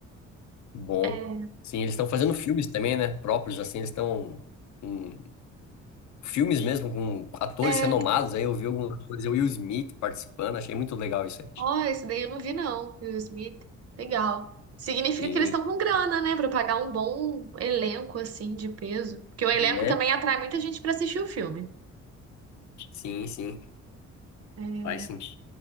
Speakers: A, on the left; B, on the right.
A: Bom.
B: É.
A: Sim, eles estão fazendo filmes também, né? Próprios, assim, eles estão com filmes mesmo, com atores
B: É,
A: renomados. Aí eu vi alguns atores, o Will Smith participando, achei muito legal isso aí.
B: Ó, esse daí eu não vi, não. Will Smith. Legal. Significa
A: Sim,
B: que eles estão com grana, né? Pra pagar um bom elenco, assim, de peso. Porque o elenco
A: né?
B: também atrai muita gente pra assistir o filme.
A: Sim, sim.
B: É.
A: Vai sim.